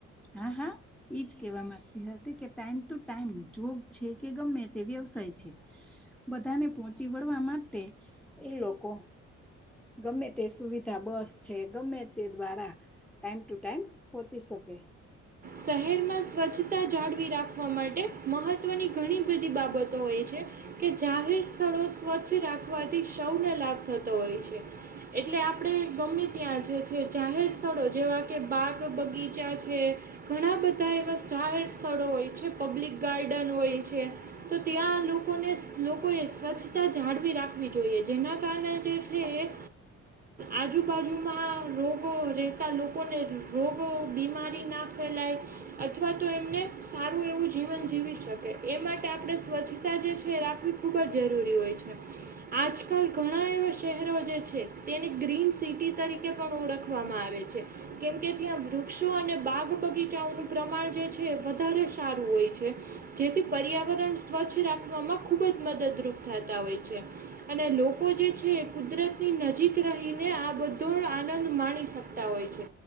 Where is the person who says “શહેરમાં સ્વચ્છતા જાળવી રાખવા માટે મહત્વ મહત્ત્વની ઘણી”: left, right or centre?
Right